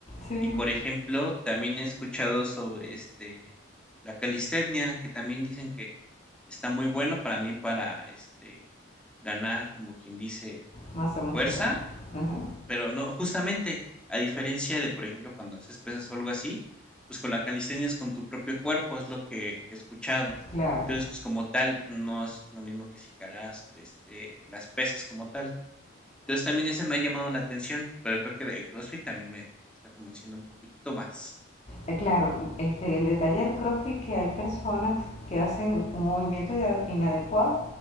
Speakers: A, on the left; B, in the centre.
A: sí,
B: Y por ejemplo, también he escuchado sobre este la calistenia, que también dicen que está muy bueno para mí para este ganar, como quien dice,
A: masa muscular.
B: fuerza
A: Ajá,
B: pero no, justamente, a diferencia de, por ejemplo, cuando haces pesas o algo así, pues con la calistenia es con tu propio cuerpo, es lo que he escuchado.
A: claro.
B: Entonces, pues como tal, no es lo mismo que si cargas, este, las pesas como tal. Entonces, también ese me ha llamado la atención, pero creo que de CrossFit también me, me está convenciendo un poquito más.
A: Eh, Claro, este, el detalle del CrossFit que hay personas que hacen un movimiento ina- inadecuado